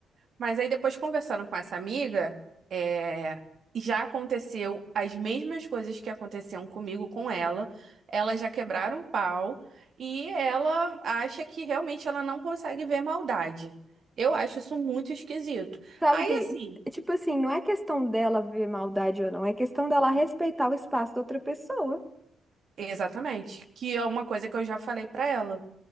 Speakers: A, on the right; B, in the centre.
A: Mas aí depois conversando com essa amiga, é, já aconteceu as mesmas coisas que aconteciam comigo com ela. Elas já quebraram o pau e ela acha que realmente ela não consegue ver maldade. Eu acho isso muito esquisito.
B: Sabe
A: Aí
B: que,
A: assim,
B: tipo assim, não é questão dela ver maldade ou não, é questão dela respeitar o espaço da outra pessoa.
A: exatamente, que é uma coisa que eu já falei pra ela.